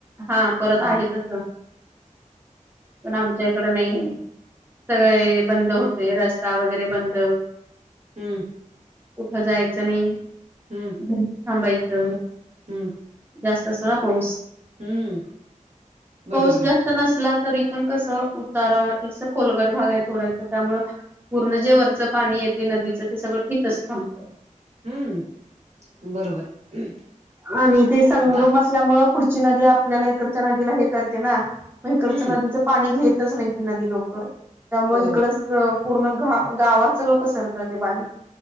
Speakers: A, on the right; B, on the right.
A: हा परत
B: हम्
A: आहे तसं पण आमच्या इकड नाही सगळे बंद होतय रस्ते रस्ता वगैरे बंद.
B: हम्
A: कुठं जायचं नाही घरी
B: हम्म
A: थांबायचं.
B: हम्म
A: जास्त असतो ना पाऊस
B: हम्म बरोबर
A: पाऊस
B: आहे
A: जास्त नसला तरी पण कसं उतारां खोलगट भाग आहे थोडा त्यामुळं पूर्ण जे वरचं पाणी येते नदीचं ते सगळं इथंच थांबत.
B: हम्म बरोबर आहे
A: आणि ते संगम
B: पा
A: असल्यामूळ पुढची नदी आपल्याला इकडच्या नदीला हे करते ना मग इकडच
B: हम्म
A: नदीचं पाणी घेतच नाही ती नदी लवकर त्यामुळे
B: हो
A: इकडच पूर्ण घा गावात सगळं पसरतय ते पाणी